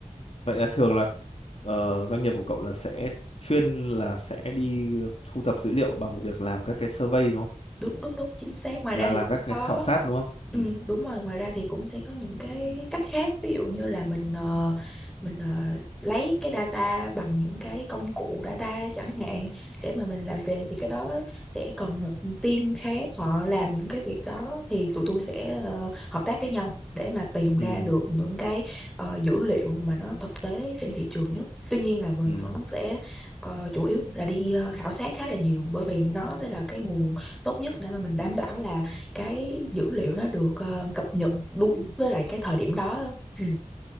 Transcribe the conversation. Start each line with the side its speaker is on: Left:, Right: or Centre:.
Left: Vậy là thường là ờ, doanh nghiệp của cậu là sẽ chuyên là sẽ đi thu thập dữ liệu bằng việc làm các cái survey đúng không?
Centre: đúng đúng đúng chính xác ngoài
Left: Là
Centre: ra thì
Left: làm
Centre: cũng
Left: các cái
Centre: có
Left: khảo sát đúng không?
Centre: Ừ,
Left: Ừ.
Centre: đúng rồi ngoài ra thì cũng sẽ có những cái cái cách khác ví dụ như là mình ờ, mình ờ, lấy cái data bằng những cái công cụ data chẳng hạn để mà mình làm về thì cái đó sẽ còn một team khác họ làm những cái việc đó thì tụi tôi sẽ ờ, hợp tác với nhau để mà tìm ra
Left: Ừ.
Centre: được những cái ờ, dữ liệu mà nó thực tế trên thị trường nhất tuy nhiên là mình
Left: Ừ.
Centre: vẫn sẽ ờ, chủ yếu là đi ờ, khảo sát khá là nhiều bởi vì nó sẽ là cái nguồn tốt nhất để mà mình đảm bảo là cái dữ liệu nó được ờ, cập nhật đúng với lại cái thời điểm đó ừ.